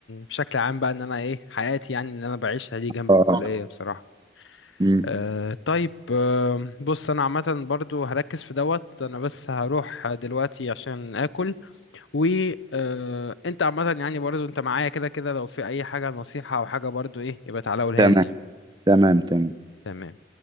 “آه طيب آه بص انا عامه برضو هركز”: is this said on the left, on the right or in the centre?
Left